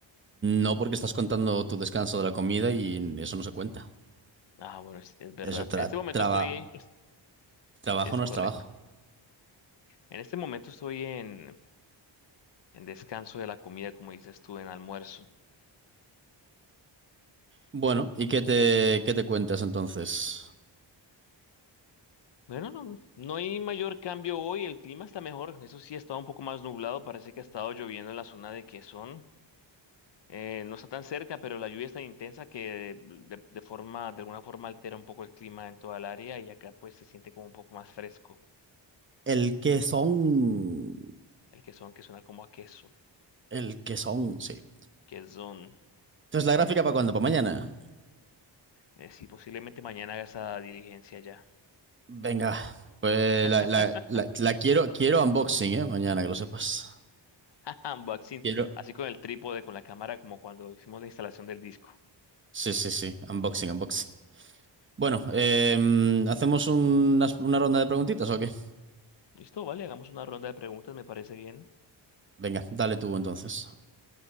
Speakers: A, on the right; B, on the left.
A: No, porque estás contando tu descanso de la comida y eso no se cuenta.
B: Ah, bueno, es, es verdad.
A: Eso tra-
B: En este momento
A: traba-
B: estoy, es,
A: trabajo
B: es
A: no
B: correcto.
A: es trabajo.
B: En este momento estoy en, en descanso de la comida, como dices tú, en almuerzo.
A: Bueno, ¿y qué te, qué te cuentas entonces?
B: Bueno, no, no hay mayor cambio hoy, el clima está mejor, eso sí, ha estado un poco más nublado, parece que ha estado lloviendo en la zona de Quezón. Eh, no está tan cerca, pero la lluvia es tan intensa que de, de forma, de alguna forma altera un poco el clima en toda el área y acá pues se siente como un poco más fresco.
A: El que son.
B: El quesón que suena como a queso.
A: El que son, sí.
B: Quesón.
A: Entonces, ¿la gráfica para cuándo? ¿Para mañana?
B: Eh, sí, posiblemente mañana haga esa diligencia ya.
A: Venga, pues
B: <laughs>
A: la, la- la- la quiero, quiero unboxing, ¿eh? Mañana, que lo sepas.
B: Unboxing.
A: Quiero.
B: Así con el trípode, con la cámara, como cuando hicimos la instalación del disco.
A: Sí, sí, sí. Unboxing, unboxing. Bueno, eh, ¿hacemos unas- una ronda de preguntitas o qué?
B: Listo, vale, hagamos una ronda de preguntas, me parece bien.
A: Venga, dale tú entonces.